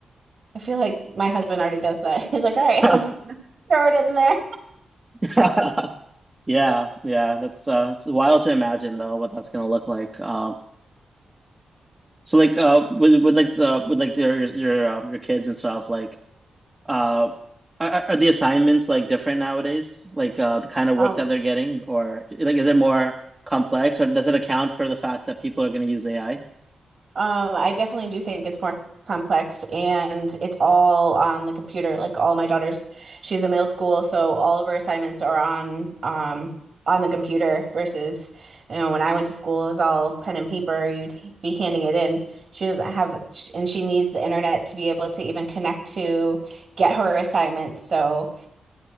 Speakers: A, on the right (about 60°); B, on the right (about 20°).
A: I feel like my husband already does that. <laughs> He's like, all right,
B: that.
A: <laughs> I'm just gonna throw it in there.
B: <laughs> Yeah, yeah, that's uh, it's wild to imagine though what that's gonna look like. Um, so like uh, with with like uh, with like your your uh, your kids and stuff like uh, are, are the assignments like different nowadays? Like uh, the kind of
A: Um,
B: work that they're getting, or like is it more complex, or does it account for the fact that people are gonna use AI?
A: um, I definitely do think it's more complex and it's all on the computer. Like all my daughters, she's in middle school, so all of her assignments are on um on the computer versus, you know, when I went to school, it was all pen and paper. You'd be handing it in. She doesn't have, and she needs the internet to be able to even connect to get her assignments. So.